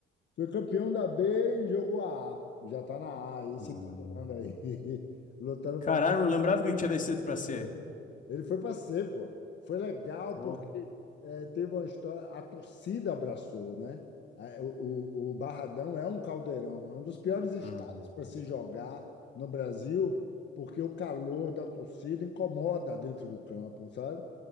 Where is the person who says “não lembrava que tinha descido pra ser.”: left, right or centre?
Left